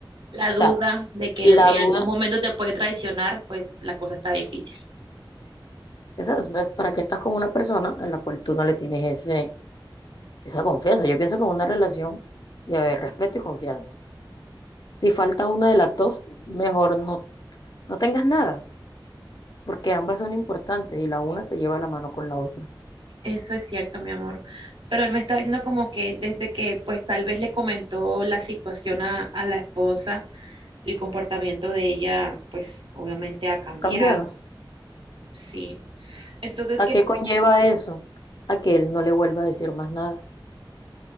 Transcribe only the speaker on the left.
o
sea,
la
duda,
esa, entonces, ¿para qué estás con una persona a la cual tú no le tienes ese, esa confianza? Yo pienso que en una relación debe haber respeto y confianza. Si falta una de las dos, mejor no, no tengas nada, porque ambas son importantes y la una se lleva la mano con la otra.
¿Has cambiado?
¿A
qué
conlleva eso? A que él no le vuelva a decir más nada.